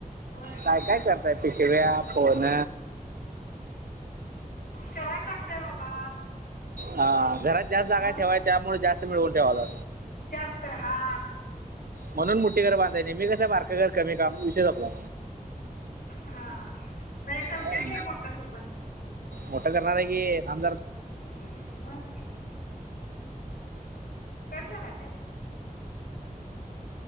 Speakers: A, on the left; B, on the right.
A: होय
B: काय काय करताय पिशव्या फोन
A: करायला लागतय बाबा
B: हा घरात जास्त जागा
A: मग
B: ठेवाय त्यामुळे जास्त मिळवून ठेवायला
A: जास्त हा
B: म्हणून मुठी घर बांधाय नाही मी कसं बार का घर कमी का विषय सपला
A: हा नाही करशील
B: हाय.
A: घे मोठ तू पण
B: मोठं करणार आहे की थाम जरा
A: ह कट झाला काय